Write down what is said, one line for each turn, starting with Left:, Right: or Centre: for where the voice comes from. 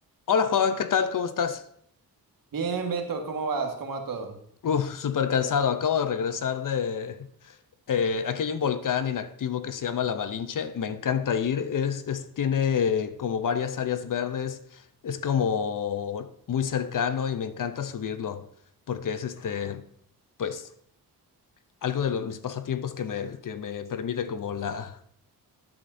Left: Hola Juan, ¿qué tal? ¿Cómo estás?
Right: Bien, Beto, ¿cómo vas? ¿Cómo va todo?
Left: Uf, súper cansado. Acabo de regresar de... eh, aquí hay un volcán inactivo que se llama La Malinche. Me encanta ir. Es, es- tiene como varias áreas verdes. Es como muy cercano y me encanta subirlo porque es este, pues, algo de los, mis pasatiempos que me, que me permite como la...